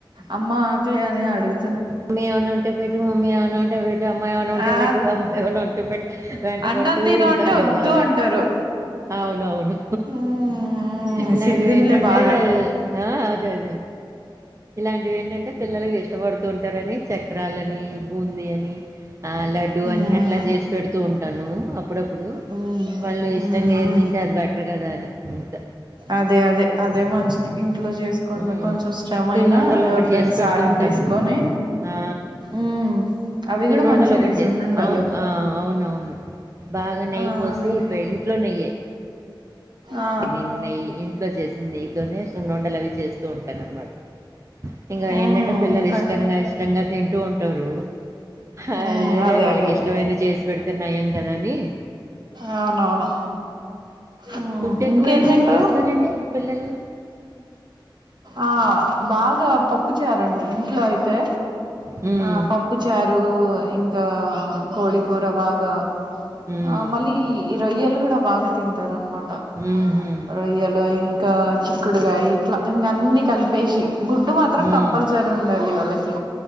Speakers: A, on the right (about 60°); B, on the right (about 35°).
A: అమ్మ ఆకలి అని అడుగు
B: మమ్మీ ఏమన ఉంటే పెట్టు మమ్మీ అన ఉంటే బెటు అమ్మాయివన <unintelligible> ఉంటే
A: ఆ
B: బట్టు అమ్మాయి అన ఉంటే బట వెంట
A: అన్నం
B: పడుతూ
A: తిను
B: ఉంటారు
A: అంటే వద్దు
B: కదా
A: అంటారు
B: అవునవును
A: ఉమ్
B: ఇలాంటివి
A: సిరిదిండ్లే
B: ఏంటంటే
A: బాగా
B: ఆ అదే అదే ఇలాంటివి ఏంటంటే పిల్లలకి ఇష్టపడుతూ ఉంటారని చక్రాలని బూందీ అని ఆ లడ్డుూ
A: ఉమ్
B: అని అట్లా చేసి పెడుతూ ఉంటాను అప్పుడప్పుడు
A: ఉమ్
B: వాళ్ళు ఇష్టంగా
A: ఉమ్
B: ఎం తింటే అంటే అది బెటర్ కదా అని ఇంకా
A: అదే అదే అదే మంచి ఇంట్లో చేసుకోవడమే
B: హ్మ్.
A: కొంచెం శ్రమ
B: సున్నుండలు
A: అయినా ఎవరిదైనా
B: ఒకటి చేసి పెడుతూ
A: సాయం
B: ఉంటాను.
A: తీసుకొని
B: ఆ
A: ఉమ్ అవి
B: సున్నండలు
A: కూడా మంచిది
B: ఒకటి
A: సున్నుండలు
B: చేస్తా అవును ఆ అవునవును బాగా నెయ్యి
A: ఆ
B: పోసి
A: ఇం
B: పె ఇంట్లో నెయ్యి
A: ఆ
B: నేను నెయి ఇంట్లో చేసింది నెయ్యతోనే సున్ను ఉండలు అవి చేస్తూ ఉంటాను అన్నమాట ఇంగ
A: ఉమ్
B: ఏంటంటే పిల్లలు
A: త
B: ఇష్టంగా ఇష్టంగా తింటూ ఉంటారు అదేలే
A: ఉమ్ అదే
B: వాళ్ళకి
A: అదే
B: ఇష్టమైంది చేసి పెడితే నయం కదా అని
A: అవునవును ఉమ్
B: ఫుడ్డు ఎక్కువేళ్ళి
A: ఇంకేం తింటరు
B: లైక్ చేస్తారండి పిల్లలు
A: ఆ బాగా పప్పు చారండి ఇంట్లో అయితే
B: హ్మ్
A: ఆ పప్పు పప్పుచారు ఇంకా కోడి కూర బాగా
B: హ్మ్
A: ఆ మళ్ళీ ఈ రొయ్యళు కూడా బాగా తింటారు అనమాట
B: ఊహూ
A: రొయ్యలు ఇంకా చిక్కుడుకాయ ఇట్లా ఇంక అన్ని కలిపేసి గుడ్డు మాత్రం
B: హ్మ్
A: కంపల్సరీ ఉండాలి వాళ్ళకి